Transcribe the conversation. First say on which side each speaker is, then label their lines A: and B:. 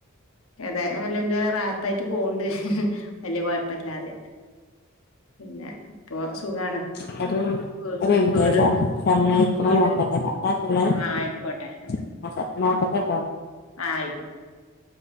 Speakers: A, on the left; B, on the left.
A: ഏതാ നല്ല എന്ത് റത്തായിട്ട് പോവണ്ട്, വല്ലിയ കൊഴപ്പല്ലാതെ. പിന്നെ ഇപ്പോ സുഖാണ്.
B: <unintelligible>
A: വീ
B: നോക്കട്ടെ
A: വീട് വീട്
B: കട്ടാക്കല്ലേ,
A: ആ ആയിക്കോട്ടെ
B: <unintelligible> നടക്കട്ടെ.
A: ആഹ് ആയിക്കോ